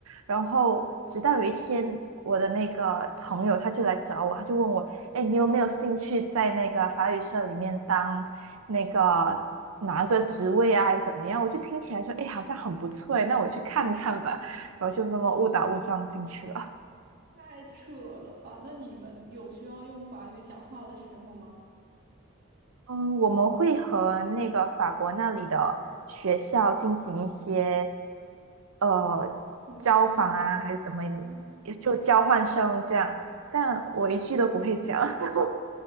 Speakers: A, on the right (about 80°); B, on the right (about 45°).
A: 然后直到有一天，我的那个朋友他就来找我，他就问我，哎，你有没有兴趣在那个法语社里面当那个拿个职位啊，还是怎么样？我就听起来说，哎，好像很不错诶，那我去看看吧。然后就那么误打误撞进去了。
B: 太扯了吧！那你们有需要用法语讲话的时候吗？
A: 嗯，我们会和那个法国那里的学校进行一些呃交访啊，
B: 嗯，交流
A: 还是怎么，
B: 吗
A: 也就交换生这样。但我一句都不会讲，<laughs>